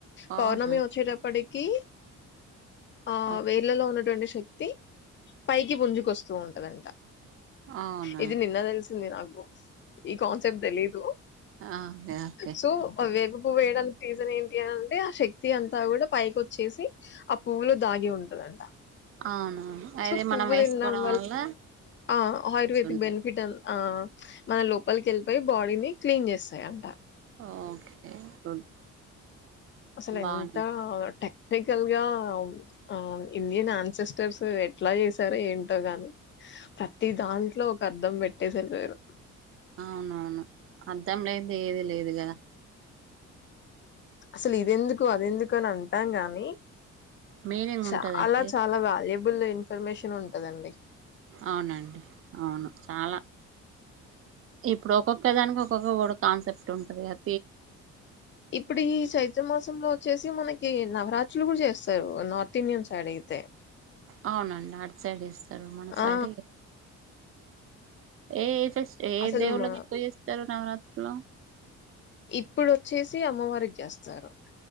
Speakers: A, on the left; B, on the right.
A: పౌర్ణమి
B: అవునా
A: వచ్చేటప్పటికి ఆ
B: ఓకే
A: వేర్లలో ఉన్నటువంటి శక్తి పైకి గుంజుకొస్తూ ఉంటదంట
B: అవునా
A: ఇది నిన్న తెలు సింది నాకు ఈ కాన్సెప్ట్ తెలిదు
B: ఓకే ఓకే
A: సో అవే పువ వేయడానికి రీజన్ ఏంటి అంటే ఆ శక్తి అంతా కూడా పైకోచ్చేసి ఆ పువ్వులో దాగి ఉంటదంట
B: అవును అయితే
A: సో పువ్వు
B: మనం వేసుకోవడం
A: తినడం
B: వల్ల
A: ఆ ఆయుర్వేదిక్
B: ఉంటుంది
A: బెనిఫిట్ ఆ మన లోపలికి వెళ్ళిపోయి బాడీని క్లీన్ చేస్తాయి అంట
B: ఆ ఓకే గుడ్
A: అసలు ఎంత
B: బానే
A: టె టికల్ గా ఆ ఇండియన్ ఆన్సెస్టర్స్ ఎట్లా చేసారో ఏంటో గాని ప్రతి దాంట్లో ఒక అర్ధం పెట్టేసారు వరు
B: అవునవును అర్థం లేనిది ఏది లేదు కదా
A: అసలు ఇది ఎందుకు అది ఎందుకు అని అంటాం గాని
B: మీనింగ్
A: చాలా
B: ఉంటదండి
A: చాలా వాల్యుబుల్ ఇన్ఫర్మేషన్ ఉంటందండి
B: అవునండి అవును చాలా ఇప్పుడు ఒక్కొక్క దానికి ఒక్కొక్క కాన్సెప్ట్ ఉంటది అ
A: ఇప్పుడు ఈ చైత్ర మాసంలో వచ్చేసి మనకి నవరాత్రి లు కూడా చేస్తారు నార్త్ ఇండియన్ సైడ్ అయితే
B: అవునండి అటి సైడ్ చేస్తారు మన సైడ
A: ఆ!
B: ఏ ఫస్ట్ ఏ
A: అసలు
B: దేవుళ్ళకి
A: మా
B: ఎక్కువ చేస్తారు నవరాత్రులు
A: ఇప్పుడు వచ్చేసి అమ్మవారికి చేస్తారు